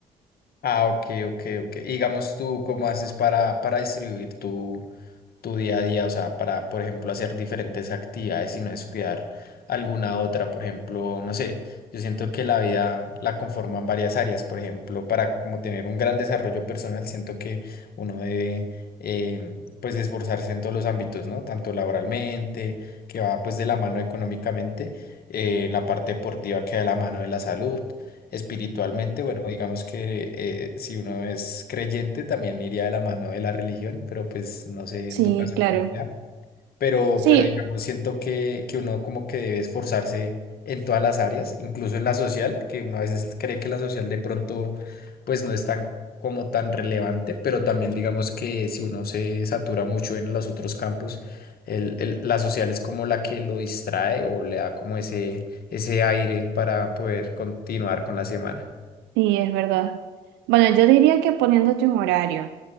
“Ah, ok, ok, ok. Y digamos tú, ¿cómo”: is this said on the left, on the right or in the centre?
Left